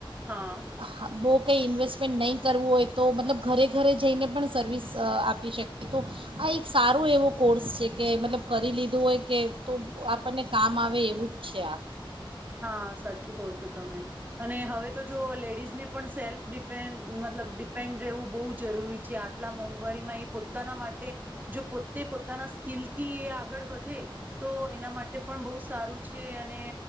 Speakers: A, on the right; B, on the right.
A: હા
B: હા બહ કંઈ ઇન્વેસ્ટમેન્ટ નહીં. કરવું હોય તો મતલબ ઘરે ઘરે જઈને પણ સર્વિસ આપી શકે. તો આ એક સારો એવો કોર્સ છે કે મતલબ કરી લીધું હોય કે તો આપણને કામ આવે એવું જ છે આ.
A: હા સાચું કહો છો તમે અને હવે તો જો લેડીઝને પણ સેલ્ફ ડિપેન્ મતલબ ડિપેન્ડ રહેવું બહુ જરૂરી છે આટલા મોંઘવારીમાં એ પોતાના માટે જો પોતે પોતાના સ્કીિલથી એ આગળ વધે તો એના માટે પણ બહુ સારું છે અને